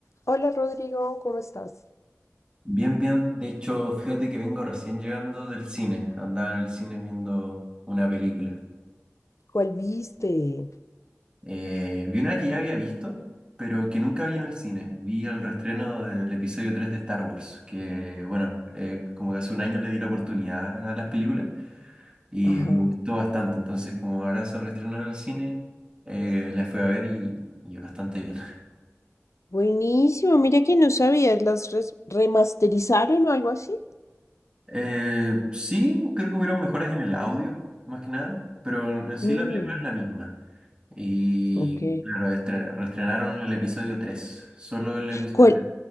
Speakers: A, on the left (about 85°); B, on the right (about 20°).
A: Hola Rodrigo, ¿cómo estás?
B: Bien, bien. De hecho, fíjate que vengo recién llegando del cine. Andaba en el cine viendo una película.
A: ¿Cuál viste?
B: Eh, vi una que ya había visto, pero que nunca vi en el cine. Vi el reestreno del episodio 3 de Star Wars, que bueno, eh, como que hace un año le di la oportunidad a las películas y
A: Ajá.
B: me gustó bastante. Entonces, como ahora se reestrenó en el cine, eh, la fui a ver y, y bastante bien. <laughs>
A: Buenísimo, mira que no sabías, las res- remasterizaron o algo así.
B: Eh, sí, creo que hubieron mejoras en el audio, más que nada, pero en sí
A: Mm,
B: la película es la misma. Y
A: ok.
B: claro, estre- reestrenaron el episodio 3 solo el episodio
A: ¿Cuál,